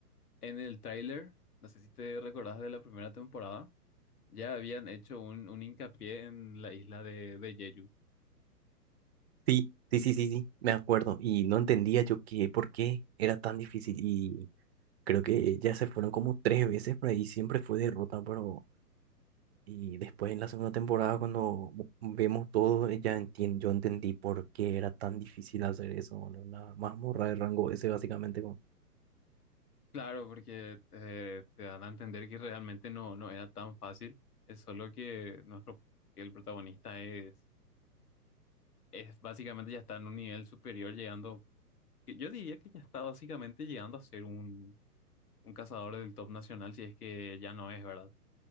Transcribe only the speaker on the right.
Sí, sí, sí, sí, sí, me acuerdo. Y no entendía yo qué, por qué era tan difícil. Y creo que ya se fueron como tres veces por ahí, siempre fue derrota, pero Y después en la segunda temporada, cuando v- vemos todo, eh, ya entien- yo entendí por qué era tan difícil hacer eso, boludo, Una mazmorra de rango ese básicamente. como-